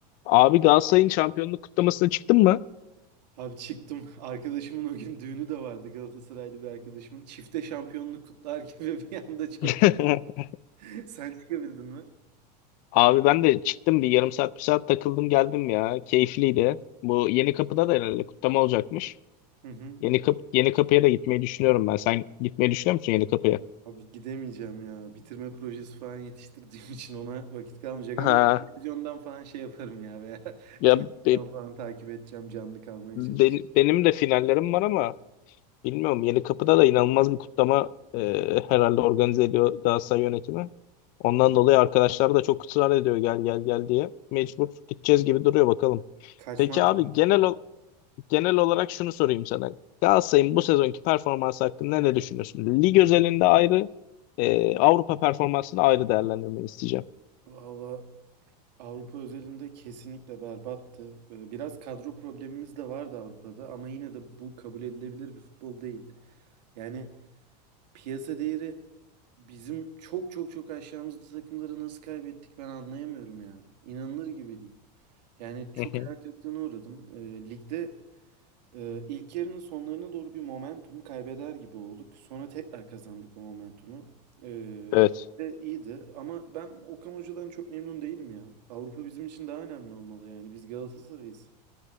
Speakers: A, on the left; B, on the right.
A: Abi Galatasaray'ın şampiyonluk kutlamasına çıktın mı?
B: Abi çıktım. <laughs> Arkadaşımın o gün düğünü de vardı Galatasaraylı bir arkadaşımın. Çifte şampiyonluk kutlar gibi <laughs> bir anda çok.
A: <laughs>
B: <laughs> Sen çıkabildin mi?
A: Abi ben de çıktım bir yarım saat bir saat takıldım geldim ya. Keyifliydi. Bu Yeni Kapı'da da herhalde kutlama olacakmış.
B: Hı hı.
A: Yeni Kapı Yeni Kapı'ya da gitmeyi düşünüyorum ben. Sen gitmeyi düşünüyor musun Yeni Kapı'ya?
B: Abi gidemeyeceğim ya. Bitirme projesi falan yetiştirdiğim <laughs> için ona vakit kalmayacak
A: Ha.
B: ama televizyondan falan şey yaparım ya veya <laughs>
A: Ya
B: Twitter'dan
A: be-
B: falan takip edeceğim. Canlı kalmaya
A: ben-
B: çalışacağım.
A: benim de finallerim var ama bilmiyorum Yeni Kapı'da da inanılmaz bir kutlama e, herhalde organize ediyor Galatasaray yönetimi. Ondan dolayı arkadaşlar da çok ısrar ediyor gel gel gel diye. Mecbur gideceğiz gibi duruyor bakalım.
B: Kaçmaz
A: Peki abi
B: diyorsun.
A: genel ol- genel olarak şunu sorayım sana. Galatasaray'ın bu sezonki performansı hakkında ne düşünüyorsun? Lig özelinde ayrı, e, Avrupa performansını ayrı değerlendirmeni isteyeceğim.
B: Valla Avrupa özelinde kesinlikle berbattı. Ee, Biraz kadro problemimiz de vardı Avrupa'da ama yine de bu kabul edilebilir bir futbol değil. Yani Piyasa değeri bizim çok çok çok aşağımızda takımları nasıl kaybettik ben anlayamıyorum ya. İnanılır gibi değil. Yani çok
A: Hı hı.
B: hayal kırıklığına uğradım. Ee, ligde e, ilk yarının sonlarına doğru bir momentum kaybeder gibi olduk. Sonra tekrar kazandık o momentumu. Ee,
A: Evet.
B: ligde iyiydi ama ben Okan Hoca'dan çok memnun değilim ya. Avrupa bizim için daha önemli olmalı yani. Biz Galatasaray'ız.